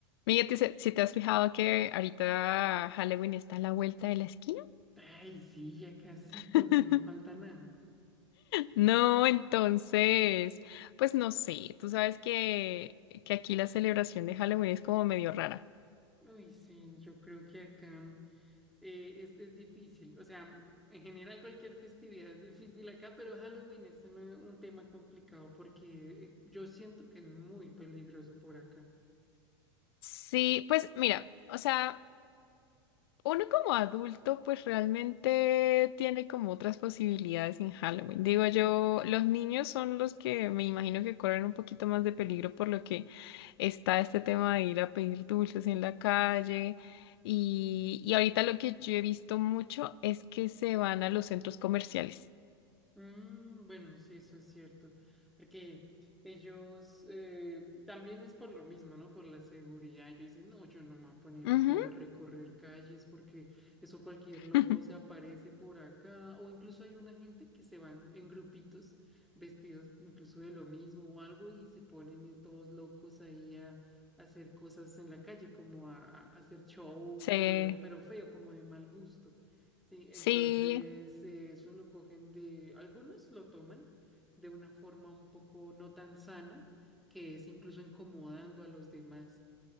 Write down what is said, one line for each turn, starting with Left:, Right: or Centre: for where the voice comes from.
Left: Miguel, ¿te- si te has fijado que ahorita Halloween está a la vuelta de la esquina?
Centre: Ay, sí, ya casito,
Left: <laughs>
Centre: no falta nada.
Left: No, entonces, pues no sé, tú sabes que, que aquí la celebración de Halloween es como medio rara.
Centre: Uy, sí, yo creo que acá eh, es, es difícil. O sea, en general cualquier festividad es difícil acá, pero Halloween es un, un tema complicado porque eh, yo siento que es muy peligroso por acá.
Left: Sí, pues mira, o sea... Uno como adulto pues realmente tiene como otras posibilidades en Halloween. Digo yo, los niños son los que me imagino que corren un poquito más de peligro por lo que está este tema de ir a pedir dulces en la calle. Y, y ahorita lo que yo he visto mucho es que se van a los centros comerciales.
Centre: Mm, bueno, sí, eso es cierto, porque ellos eh, también es por lo mismo, ¿no? Por la seguridad. Yo dicen, no, yo no me voy a poner
Left: Ujú.
Centre: aquí a recorrer calles porque eso cualquier loco
Left: <laughs>
Centre: se aparece por acá. O incluso hay una gente que se van en grupitos, vestidos incluso de lo mismo o algo, y se ponen estos locos ahí a, a hacer cosas en la calle, como a, a hacer show,
Left: Sí,
Centre: pero, pero feo, como de mal gusto. Sí,
Left: sí,
Centre: entonces eh, eso lo cogen de, algunos lo toman de una forma un poco no tan sana, que es incluso incomodando a los demás.